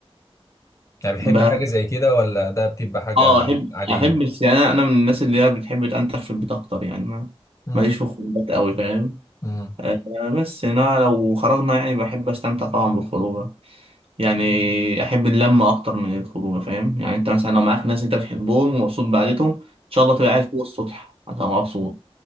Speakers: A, on the left; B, on the right.
A: يعني بتحب
B: ب...
A: حاجه زي كده ولا ده بتبقى حاجه
B: اه احب
A: عاديه
B: احب الس- يعني انا أنا من الناس اللي هي بتحب تنتخ في البيت اكتر يعني ما
A: امم
B: ماليش في الخروجات قوي فاهم
A: امم
B: آه بس يعني انا لو خرجنا يعني بحب استمتع طبعا بالخروجه يعني احب اللمه اكتر من الخروجه فاهم يعني انت مثلا لو معاك ناس انت بتحبهم ومبسوط بعدتهم ان شاء الله تبقى قاعد فوق السطح هتبقى مبسوط